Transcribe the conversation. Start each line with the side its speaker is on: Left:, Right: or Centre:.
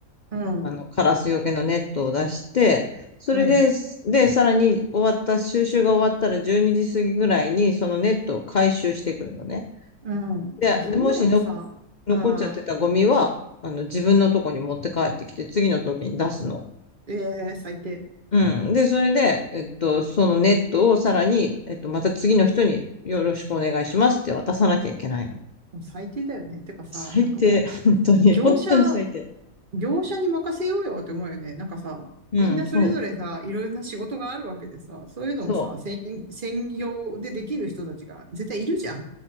Right: うん、
Left: あの、カラスよけのネットを出して、それで、
Right: うん。
Left: で、さらに終わった、収集が終わったら12時過ぎぐらいに、そのネットを回収してくるのね。
Right: うん。
Left: で、
Right: もうそんなのさ、
Left: でもしの残っちゃってたゴミは、
Right: ああ、
Left: あの、自分のとこに持って帰ってきて、次の時に出すの。
Right: ええ最低。
Left: うん。で、それで、えっと、そのネットをさらに、えっと、また次の人によろしくお願いしますって渡さなきゃいけないの。
Right: もう最低だよね。てかさ、
Left: 最低。
Right: なんかも
Left: <laughs> 本当に。
Right: う、業者、
Left: 本当に最低。
Right: 業者に任せようよって思うよね。なんかさ、
Left: うん。
Right: みんなそれぞれさ、
Left: そう。
Right: いろいろな仕事があるわけでさ、そういうのをさ、
Left: そ
Right: 専、専業でできる人たちが絶対いるじゃん。